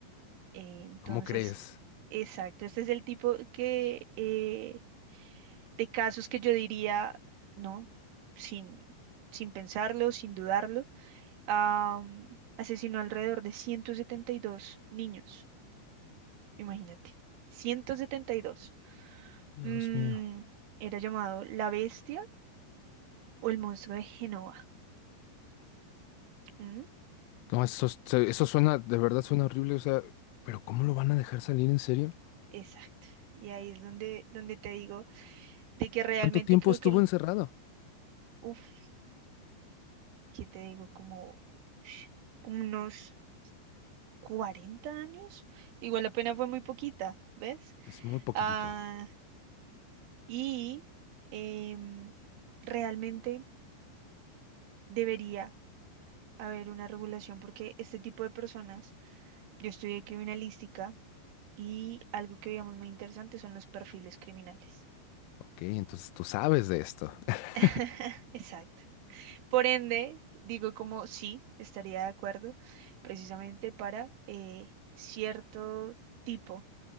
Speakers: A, on the right; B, on the left.
A: eh, entonces,
B: ¿Cómo crees?
A: exacto, este es el tipo que... eh, de casos que yo diría, no, sin, sin pensarlo, sin dudarlo, am, asesinó alrededor de 172 niños, imagínate, 172.
B: Dios
A: Mm,
B: mío.
A: era llamado la bestia o el monstruo de Genova. ¿Mm?
B: No, eso, se- eso suena, de verdad suena horrible. O sea, ¿pero cómo lo van a dejar salir en serio?
A: Exacto. Y ahí es donde, donde te digo de que realmente
B: ¿Cuánto tiempo
A: creo
B: estuvo
A: que el,
B: encerrado?
A: uff, ¿qué te digo? Como, como unos 40 años. Igual la pena fue muy poquita, ¿ves?
B: Es muy poquitito.
A: ah Y em, realmente debería haber una regulación porque este tipo de personas, yo estudié criminalística y algo que veíamos muy interesante son los perfiles criminales.
B: Ok, entonces tú sabes de esto. <laughs>
A: <laughs> Exacto. Por ende, digo como sí, estaría de acuerdo precisamente para eh, cierto tipo